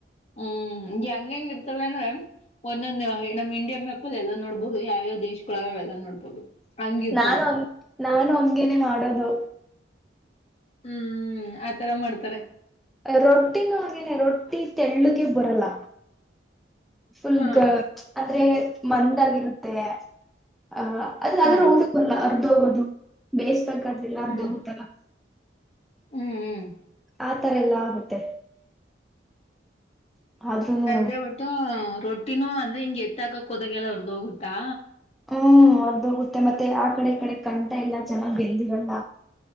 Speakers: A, on the left; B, in the centre.
A: ಹ್ಮ್ಂ ಹಂಗಂಗ ಇರ್ತಲ್ಲಂದ ಒಂದೊಂದು ನಮ್ಮ್ ಇಂಡಿಯ ಮ ಲ್ ಎಲ್ಲಾ ನೋಡ್ಬಹುದು ಯಾವ್ಯಾವ ದೇಶಗಳಾಗ್ಯಾವ ಎಲ್ಲ ನೋಡ್ಬೋದು ಹಂಗಿರ್ತವೆ
B: ನಾನು ನಾನು ಹಂಗೇನೆ ಮಾಡೋದು
A: ಹ್ಮ್ ಆತರ ಮಾಡ್ತಾರೆ
B: ರೊಟ್ಟಿನೂ ಹಾಗೇನೆ ರೊಟ್ಟಿ ತೆಳ್ಳುಗೆ ಬರಲ್ಲ ಫುಲ್ಗ
A: ಹ್ಮ್
B: ಅಂದ್ರೆ ಮಂದಗರುತ್ತೆ ಅ ಅದಾದ್ರೂ
A: ಹ್ಮ್
B: ಹೋಗದಲ್ಲ ಅರ್ಧ ಹೋಗೋದು ಬೇಯಿಸಬೇಕ್ಲಿಲ್ಲ ಅರ್ಧ
A: ಹ್ಮ್
B: ಹೋಗುತ್ತಲ್ಲ
A: ಹ್ಮ್ ಹ್ಮ್
B: ಆತರ ಎಲ್ಲಾ ಆಗುತ್ತೆ ಆದ್ರೂನು
A: ದೇ ಒಟ್ಟು ರೊಟ್ಟಿನೂ ಅಂದ್ರೆ ಹಿಂಗಗೆ ಎತ್ತ ಹಾಕಕ್ ಹೋದಗೆಲ್ಲ ಹೊರದ ಹೋಗುತ್ತಾ
B: ಹ್ಮ್ ಹೊರ್ದೋಗುತ್ತೆ ಮತ್ತೆ ಆ ಕಡೆ ಕಡೆ ಕಂಠ ಎಲ್ಲ ಚೆನ್ನಾಗ್ ಬೆಂದಿಗಳಲ್ಲ